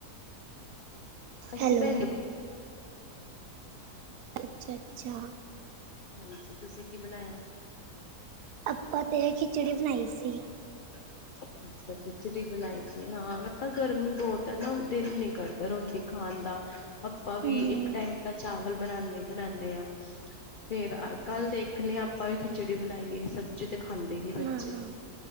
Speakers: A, on the left; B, on the right.
A: ਅੱਸੀ,
B: ਹੈਲੋ
A: ਭੈਣਜੀ
B: ਅੱਛਾ -ਅੱਛਾ।
A: ਹਾਂਜੀ, ਤੁਸੀਂ ਕੀ ਬਣਾਇਆ‌।
B: ਆਪਾਂ ਤੇ ਖਿਚੜੀ ਬਣਾਈ ਸੀ।
A: ਅੱਛਾ। ਅਛਾ ਖਿਚੜੀ ਬਣਾਈ ਸੀ, ਹਾਂ ਮ ਗਰਮੀ ਬਹੁਤ ਹੈ ਨਾ ਦਿਲ ਨੀ ਕੱਢਦਾ ਰੋਟੀ ਖਾਣ ਦਾ। ਆਪਾਂ ਵੀ
B: ਹਮ
A: ਇੱਕ ਟਾਈਮ ਤਾਂ ਚਾਵਲ ਬਣਾਉਂਦੇ ਹੀ ਬਣਾਨੇ ਹਾਂ, ਫੇਰ ਕੱਲ ਦੇਖ। ਦੇਖਨੇ ਆਪਾਂ ਵੀ ਖਿਚੜੀ ਬਣਾਈਏ, ਸਬਜ਼ੀ ਤੇ ਖਾਂਦੇ ਨੀ ਬੱਚੇ।
B: ਹਮ ਹਾਂ